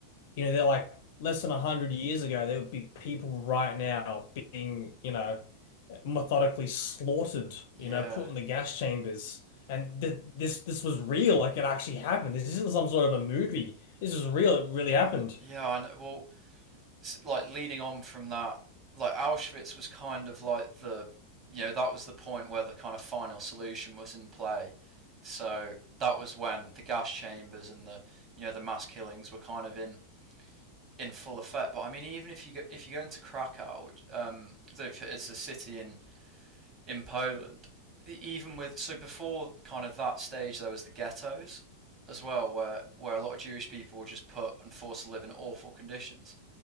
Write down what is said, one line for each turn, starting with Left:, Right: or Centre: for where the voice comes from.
Left: you know, they're like less than a hundred years ago, there would be people right now being, you know, methodically slaughtered,
Right: yeah,
Left: you know, put in the gas chambers. And th this this was real, like it actually happened. This isn't some sort of a movie. This is real. It really happened.
Right: and yeah. and Well, like leading on from that, like Auschwitz was kind of like the, you know, that was the point where the kind of final solution was in play. So that was when the gas chambers and the, you know, the mass killings were kind of in in full effect. But I mean, even if you go, if you go into Krakow, um, so it's a city in in Poland, e- even with so before kind of that stage, there was the ghettos as well, where where a lot of Jewish people were just put and forced to live in awful conditions